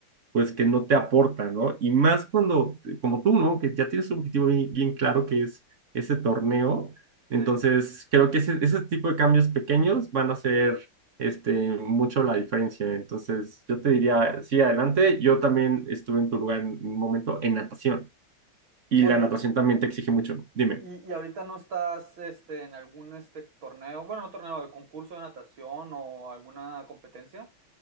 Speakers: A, on the right; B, on the right.
A: pues que no te aportan, ¿no? Y más cuando, como tú, ¿no? Que ya tienes un objetivo bien, bien claro que es ese torneo entonces,
B: sí.
A: creo que ese, ese tipo de cambios pequeños van a hacer este, mucho la diferencia. Entonces, yo te diría, sí, adelante. Yo también estuve en tu lugar en un momento en natación y
B: Oye,
A: la natación también te exige mucho. Dime.
B: y, y ahorita no estás, este, en algún, este, torneo, bueno, no torneo, de concurso de natación o alguna competencia.